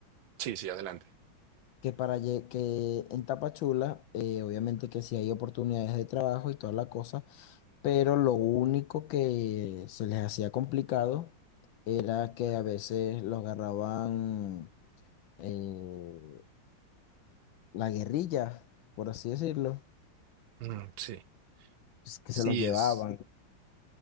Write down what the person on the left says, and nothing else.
que para lle- que en Tapachula, eh, obviamente que sí hay oportunidades de trabajo y toda la cosa, pero lo único que se les hacía complicado era que a veces los agarraban eh, la guerrilla, por así decirlo,
es que
se los llevaban.